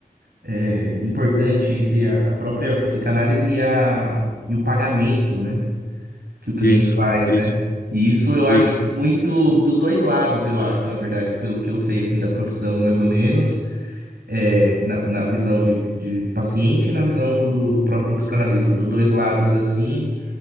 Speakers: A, on the right; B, on the left.
A: é, importante entre a, a própria psicanálise e, a, e o pagamento, né? Que o cliente
B: e- isso,
A: faz,
B: é
A: né?
B: isso,
A: E isso eu acho
B: é isso.
A: muito dos dois lados, eu acho, na verdade, pelo que eu sei, assim, da profissão, mais ou menos é, na, na visão de, de paciente e na visão do, do próprio psicanalista. Dos dois lados, assim,